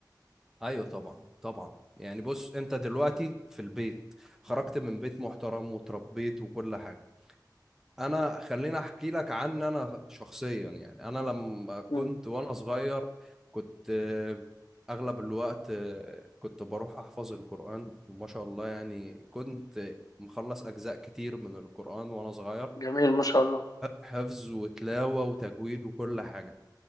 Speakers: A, in the centre; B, on the left (about 55°).
A: ايوه طبعا طبعا يعني بص انت دلوقتي في البيت خرجت من بيت محترم وتربيت وكل حاجه انا خليني احكي لك عن انا شخصيا يعني انا لما كنت
B: مم.
A: وانا صغير كنت آه، اغلب الوقت آه، كنت بروح احفظ القران وما شاء الله يعني كنت مخلص اجزاء كتير من القران وانا صغير
B: جميل ما شاء الله
A: حفظ وتلاوه وتجويد وكل حاجه